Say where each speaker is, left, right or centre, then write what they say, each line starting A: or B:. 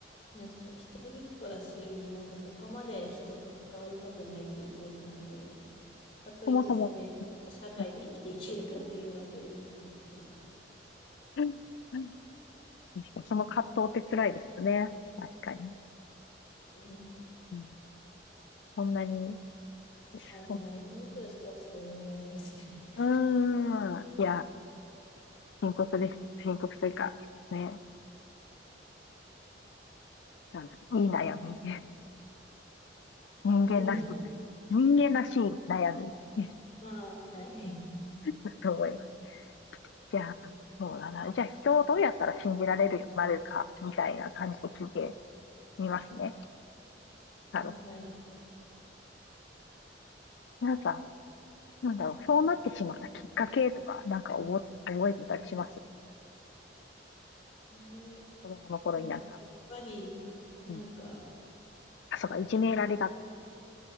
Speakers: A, on the left (about 30°); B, on the left (about 75°).
A: なんていうんでしょう、一人っ子だし、なんかそこまで人と関わりたくないっていうタイプなんで、かといってそれ、
B: そもそも。
A: 社会で生きていけるかっていうわけでもなくて
B: うん。うんうん確かに、その葛藤って辛いですよね。確かに。
A: ですね。
B: うん。そんなに、
A: はい、
B: そんなに。
A: 悩みとしてはそれぐらいですかね。
B: うーん。いや、深刻です。深刻というか、ね。なんだろういい悩み。人間らしい悩
A: <laughs>
B: み。人間らしい悩み <laughs>
A: まあ、はい。
B: だと思います。じゃあ、そうだな。じゃあ、人をどうやったら信じられるようになるか、みたいな感じで聞いてみますね。
A: あ、
B: タロットに。
A: はい。
B: なんか、なんだろう、そうなってしまったきっかけとか、なんか覚え覚えてたりします
A: えー、
B: 子供の頃になんか。
A: まあ、やっぱり、なんか、
B: うん。あ、そうか、いじめられたって